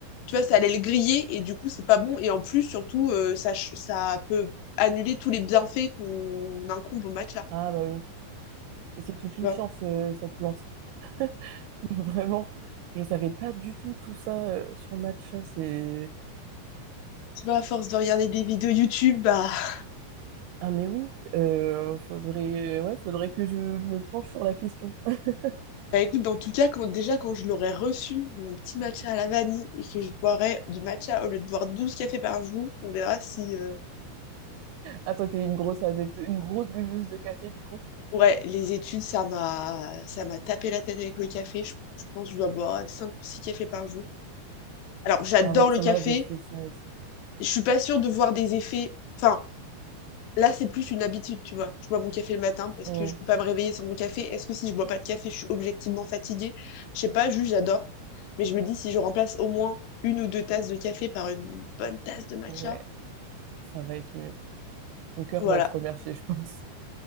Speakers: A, on the left; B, on the right.
A: tu vois, ça allait le griller et du coup, c'est pas bon. Et en plus, surtout, euh, ça, ch- ça peut annuler tous les bienfaits qu'on incombe au matcha.
B: Ah, bah oui. C'est toute une
A: Tu vois,
B: science, euh, cette plante. <laughs> Vraiment, je savais pas du tout tout ça euh, sur le matcha. C'est
A: Tu vois, à force de regarder des vidéos YouTube, bah, <laughs>
B: Ah mais oui, euh, faudrait, ouais, faudrait que je me penche sur la question. <laughs>
A: bah écoute, en tout cas, quand, déjà, quand je l'aurais reçu, mon petit matcha à la vanille, et que je boirais du matcha au lieu de boire 12 cafés par jour, on verra si, euh,
B: Ah toi t'es une grosse adepte, une grosse buveuse de café du coup?
A: Ouais, les études, ça m'a ça m'a tapé la tête avec le café. Je, je pense que je dois boire 5 ou 6 cafés par jour. Alors, j'adore
B: Ah ouais,
A: le
B: ça
A: café.
B: m'avait fait ça aussi.
A: Je suis pas sûre de voir des effets. Enfin, là, c'est plus une habitude, tu vois. Je bois mon café le matin parce
B: Hmm,
A: que je peux pas me réveiller sans mon café. Est-ce que si je bois pas de café, je suis objectivement fatiguée? Je sais pas, juste j'adore. Mais je me dis si je remplace au moins une ou deux tasses de café par une bonne tasse de matcha,
B: Ouais, ça va être mieux. Ton cœur
A: voilà.
B: va te remercier, je pense.